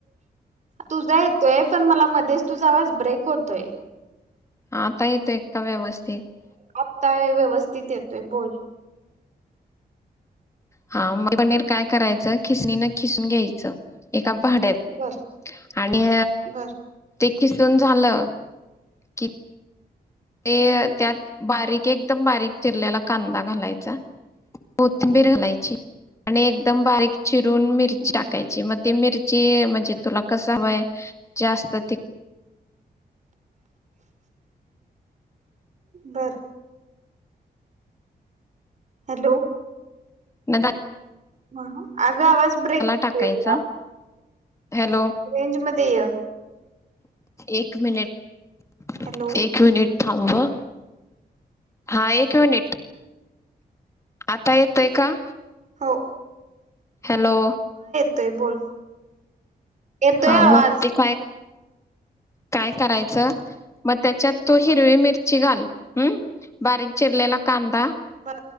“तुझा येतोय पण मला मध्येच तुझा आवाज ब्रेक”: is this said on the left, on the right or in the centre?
Right